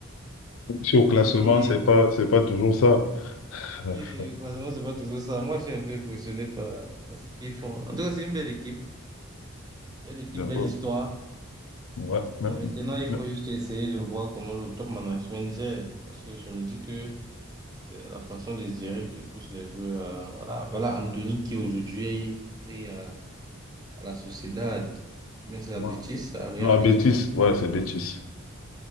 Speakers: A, on the left; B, on the right.
A: Si
B: euh,
A: au classement,
B: et
A: c'est pas, c'est pas toujours ça. <laughs> Euh,
B: et, euh, croisement, c'est pas toujours ça. Moi, je suis un peu impressionné par, par ce qu'ils font. En tout cas, c'est une belle équipe. Belle équipe,
A: D'accord.
B: belle histoire.
A: Ouais. mais-
B: Euh, maintenant, il
A: mais-
B: faut juste essayer de voir comment le top management gère. Parce que je me dis que C'est la façon de gérer qui pousse les joueurs. à- voilà, voilà Anthony qui aujourd'hui brille à, à la Sociedad, mais c'est à
A: ouais.
B: Betis, à Real
A: Non, à
B: Betis.
A: bêtise. Ouais, c'est bêtise.